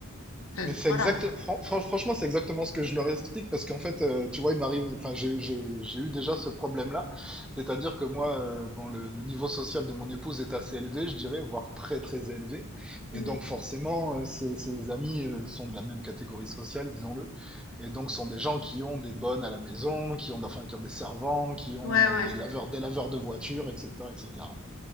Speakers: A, on the left; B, in the centre.
A: enfin,
B: Mais c'est
A: voilà.
B: exact, fran- fran- franchement, c'est exactement ce que je leur explique parce qu'en fait, euh, tu vois, il m'arrive, enfin, j'ai j'ai- j'ai eu déjà ce problème-là. C'est-à-dire que moi, euh, bon, le, le niveau social de mon épouse est assez élevé, je dirais, voire très, très élevé.
A: Mhm.
B: Et donc, forcément, euh, ses, ses amis euh, sont de la même catégorie sociale, disons-le. Et donc, sont des gens qui ont des bonnes à la maison, qui ont, enfin, qui ont des servants, qui ont
A: Ouais, ouais.
B: euh, des laveurs, des laveurs de voitures, etc., etc.